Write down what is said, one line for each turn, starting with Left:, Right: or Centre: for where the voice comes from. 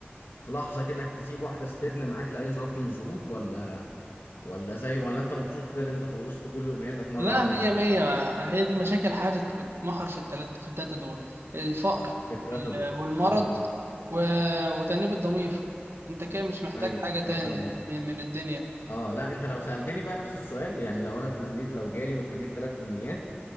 Left: في لحظة كده انك تسيب واحدة ستبن معاك لأي ظرف من الظروف ولا ولا زي ولا انت مبسوط كده ان انت خلصت كل امنياتك مرة
Right: لا
Left: واحدة
Right: مية مية هي دي مشاكل حياتي بتمحور في التلاتة في التلاتة دول الفقر
Left: في التلاتة
Right: وال-
Left: دول
Right: والمرض
Left: اه
Right: و... وتأنيب الضمير انت كده مش محتاج
Left: ايوه
Right: حاجة تاني
Left: فاهم قصدك
Right: من من الدنيا
Left: اه لا انت لو سألتني بقى نفس السؤال يعني لو انا اتمنيت لو جالي واتمنيت تلات امنيات